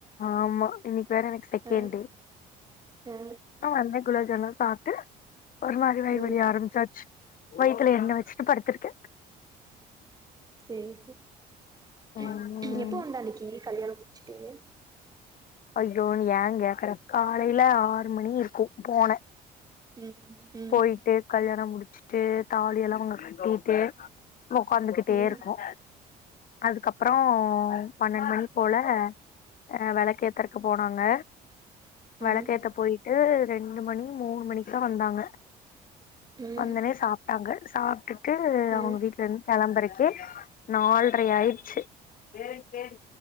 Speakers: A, on the left (about 55°); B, on the right (about 20°).
A: ஆமா இன்னைக்கி வேற எனக்கு செகண்டு
B: ஆ ஆ
A: ஆ அந்த குலோப்ஜாம்னுலா சாப்ட்டு ஒரு மாரி வயிறு
B: ம்
A: வலி ஆரம்ப்ச்சாச்சு வயித்துல எண்ணை வச்சுட்டு படுத்திருக்க
B: செரி <unintelligible>
A: ம்
B: எப்போ வந்த அன்னைக்கி கல்யாணோ சேரி
A: ஐயோ ஏன் கேக்கற காலையில ஆறு மணி இருக்கு போனே
B: ம் ம்
A: போயிட்டு கல்யாணோ முடி ச்சிட்டு தாலி எல்லா அவங்க கட்டிட்டு உக்காந்துகிட்டே
B: ம்
A: இருக்கோ அதுக்கப்றோ பண்ணெண்டு மணி போல அ வெளக்கு ஏத்தறக்கு போனாங்க
B: ம்
A: வெளக்கேத்த
B: ம்
A: போயிட்டு ரெண்டு மணி மூணு மணிக்குதா வந்தாங்க
B: ம்
A: வந்தொடனே சாப்ட்டாங்க சாப்டுட் ட்டு
B: ஆ
A: அவங்க வீட்ல இருந்து கெளம்பறக் கு நால்ரையாயிருச்சு சேரி சேரி